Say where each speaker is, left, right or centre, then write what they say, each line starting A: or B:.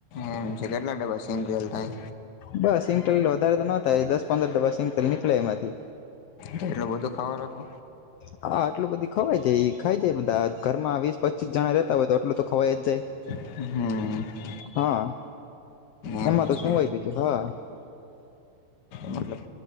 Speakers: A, on the left; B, on the left.
A: હમ કેટલા <inaudible> સિંગતેલ થાઇ?
B: બસ સિંગતેલ વધારે તો નો થાય દસ પંદર ડબા સિંગટેલ નીકળે એમાંથી.
A: તો એટલો બધો ખાવા નાખો?
B: હા આટલું બધી ખવાય જાય ખાઈ જાય બધા ઘરમાં વીસ પચીસ જણા રેતા હોય તો આટલું તો ખવાઈ જ જાય.
A: હમ.
B: હા
A: એમ
B: એમાં તો
A: છે
B: શું આવી ગય છે હા.
A: મતલબ